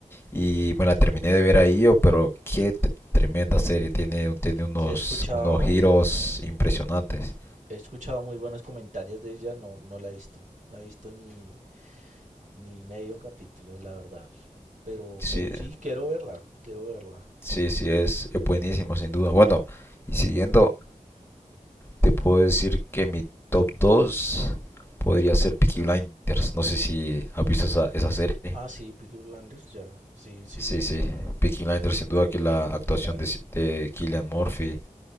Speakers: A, on the left; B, on the right.
A: y me la terminé de ver ahí, oh, pero qué t- tremenda serie, tiene, tiene unos,
B: Sí, he escuchado,
A: unos giros impresionantes.
B: he escuchado muy buenos comentarios de ella, no, no la he visto. No he visto ni, ni medio capítulo, la verdad. Pero,
A: Sí,
B: pero sí, quiero verla, quiero verla.
A: Sí, sí, es, es buenísimo, sin duda. Bueno, y siguiendo, te puedo decir que mi top 2 podría ser Peaky Blinders. No sé si has visto esa, esa serie.
B: Ah, sí, Peaky Blinders, ya. Sí, sí,
A: Sí,
B: sí,
A: sí,
B: claro.
A: Peaky Blinders, sin duda que la
B: También
A: actuación
B: la vi.
A: de, de Cillian
B: Es buena.
A: Murphy